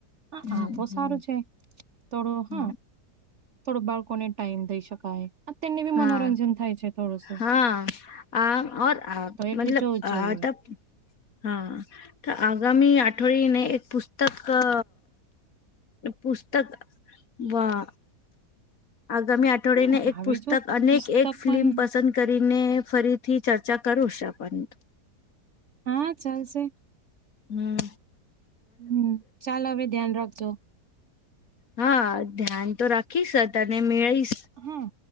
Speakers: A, on the right; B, on the left.
A: હા
B: હમ
A: આ તો
B: હમ
A: સારું છે તોડું હ
B: હમ
A: થોડો બાળકોને ટાઈમ દઈ શકાય તેમને બી
B: હા
A: મનોરંજન થાય છે થોડુંસું.
B: હા આ અ આ
A: એટલે
B: મતલબ
A: જોવું જ
B: આ
A: જોઈએ
B: ત હા તો આગામી આઠોડીને એક પુસ્તક અ પુસ્તક વા આગામી અઠવાડિને
A: હમ
B: એક
A: હવે
B: પુસ્તક
A: જો
B: અનેક
A: પુસ્તક
B: એક ફિલ્મ
A: પણ
B: પસંદ કરીને ફરી થી ચર્ચા કરું શા પણ
A: હા ચાલશે.
B: હમ્મ.
A: હમ્મ ચાલ હવે ધ્યાન રાખજો.
B: હા ધ્યાન તો રાખીશ તને મેળીશ.
A: હમ્મ